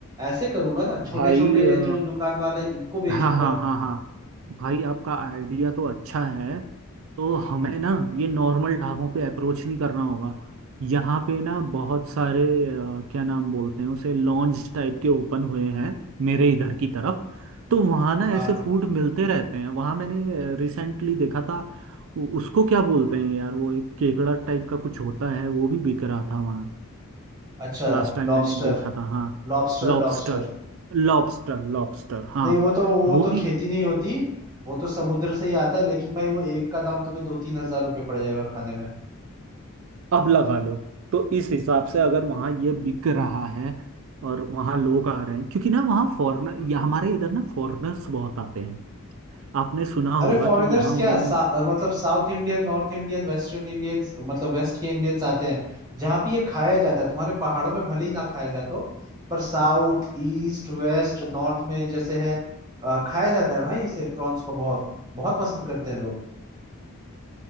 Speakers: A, on the right; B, on the right.
A: ऐसे करूंगा ना छोटे
B: भाई
A: छोटे
B: अ,
A: जो दुकान वाले इनको बेचूंगा
B: हाँ हाँ हाँ हाँ भाई आपका आइडिया तो अच्छा है तो हमें ना ये नॉर्मल ढाबों पे अप्रोच नहीं करना होगा यहाँ पे ना बहुत सारे अ, क्या नाम बोलते हैं उसे लॉन्ज टाइप के ओपन हुए हैं मेरे इधर की तरफ तो वहाँ ना
A: हाँ
B: ऐसे फूड मिलते रहते हैं वहाँ मैंने रिसेंटली देखा था उ- उसको क्या बोलते हैं यार वो एक केकड़ा टाइप का कुछ होता है वो भी बिक रहा था वहाँ
A: अच्छा
B: लास्ट टाइम
A: Lobster
B: मैंने देखा था हाँ
A: lobster
B: लॉबस्टर
A: lobster
B: लॉबस्टर लॉबस्टर हाँ
A: नहीं वो तो वो
B: वो
A: तो
B: भी
A: खेती नहीं होती वो तो समुद्र से ही आता है लेकिन भाई वो एक का दाम तुम्हें दो तीन हजार रुपये पड़ जाएगा खाने में
B: अब लगा लो तो इस हिसाब से अगर वहाँ ये बिक रहा है और वहाँ लोग आ रहे हैं क्योंकि ना वहाँ फॉरेनर या हमारे इधर ना फॉरेनर्स बहुत आते हैं आपने सुना होगा
A: अरे फॉरेनर्स
B: कि यहाँ
A: क्या
B: उन्होंने
A: सा, मतलब South Indian North Indian Western Indians मतलब वेस्ट के इंडियंस आते हैं जहाँ पे ये खाया जाता है तुम्हारे पहाड़ों में भले ही ना खाया जाता हो पर साउथ ईस्ट वेस्ट नॉर्थ में जैसे है अ, खाया जाता है भाई इसे प्रॉन्स को बहुत बहुत पसंद करते हैं लोग